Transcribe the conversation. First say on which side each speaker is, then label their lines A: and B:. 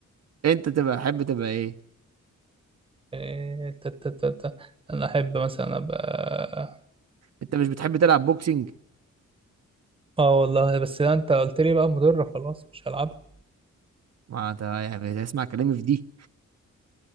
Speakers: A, on the right; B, on the right.
A: انت تبقى تحب تبقى ايه
B: إيه، تا- تا- تا- تا. انا احب مثلا ابقى
A: انت مش بتحب تلعب بوكسنج
B: اه آه، والله بس لا انت قلت لي بقى مضرة خلاص مش هلعبها
A: ما انت يعني اسمع كلامي في دي